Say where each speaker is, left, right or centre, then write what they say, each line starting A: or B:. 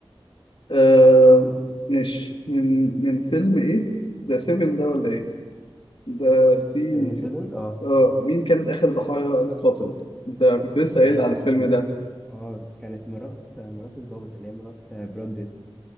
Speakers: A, on the left; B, in the centre.
A: آه... ماشي من من فيلم ايه؟ ده سيفن ده ولا ايه؟ ده سي
B: فيلم 7 اه
A: اه مين كانت آخر ضحايا القاتل؟ انت كنت لسه قايل
B: كانت
A: على الفيلم
B: م- م-
A: ده
B: اه كانت مرات مرات الضابط اللي هي مرات براد بيت